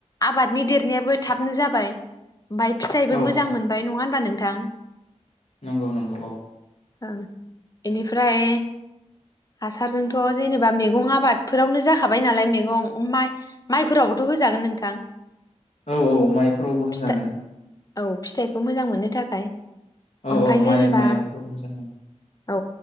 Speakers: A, on the left; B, on the left.
A: आबादनि देरनायाबो थाबनो जाबाय। ओमफ्राय फिथाइबो
B: औ
A: मोजां मोनबाय। नङा होनबा नोंथां?
B: नंगौ नंगौ औ।
A: ओं इनिफ्राय हासारजोंथ' जेनेबा मेगं आबाद फोरावनो जाखाबाय नालाय मैगं माइ-माइफोरावबोथ' होजागोन नोंथां?
B: औ औ माइफोरावबो होजागोन।
A: फिथाइ औ फिथाइखौ मोजां मोननो थाखाय।
B: औ
A: ओमफाय
B: औ माइ
A: जेनेबा
B: <inaudible>
A: औ